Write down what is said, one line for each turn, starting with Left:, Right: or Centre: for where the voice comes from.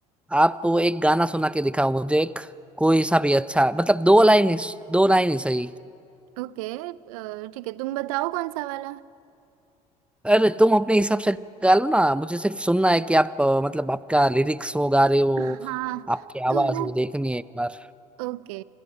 Centre: आप वो एक गाना सुना के दिखाओ मुझे एक कोई सा भी अच्छा मतलब दो लाइन ही दो लाइन ही सही
Right: ओके अ, ठीक है तुम बताओ कौन सा वाला
Centre: अरे तुम अपने हिसाब से गा लो ना मुझे सिर्फ सुनना है कि आप अ, मतलब आपका लिरिक्स वो गा रहे हो
Right: हाँ
Centre: आपकी आवाज
Right: तो वो
Centre: वो देखनी है एक बार
Right: ओके